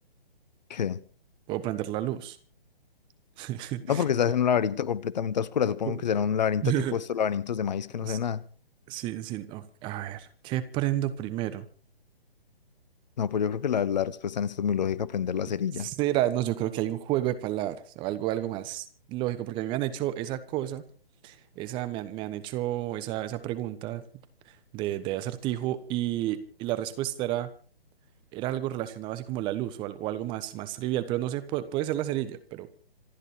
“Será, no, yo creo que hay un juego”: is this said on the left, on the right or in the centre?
Right